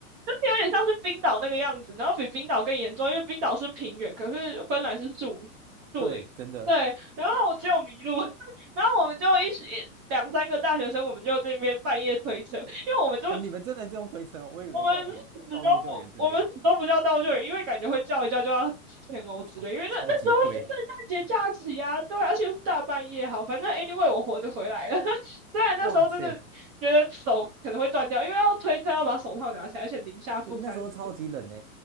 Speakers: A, on the right (about 15°); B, on the right (about 60°).
A: 是有点像是冰岛那个样子，然后比冰岛更严重，因为冰岛是平原，可是芬兰是树树林，
B: 对，真的，
A: 对，然后我就迷路，<laughs> 我然后我们就一起两三个大学生，我们就那边半夜推车，因为我们就
B: 很你们真的这种推车哦，我以为你们叫什么道路救援之类的，
A: 我们死都不我们死都不叫道救援，因为感觉会叫一叫就要几千欧之类，
B: 超超级贵，
A: 因为那那时候是圣诞节假期啊，对啊而且又是大半夜，好，反正 anyway 我活着回来了，<laughs> 虽然那时候真的觉得手可能会断掉，
B: 哇塞，
A: 因为要推车要把手套拿起来，而且零下负三十
B: 对，那时候超级冷呢，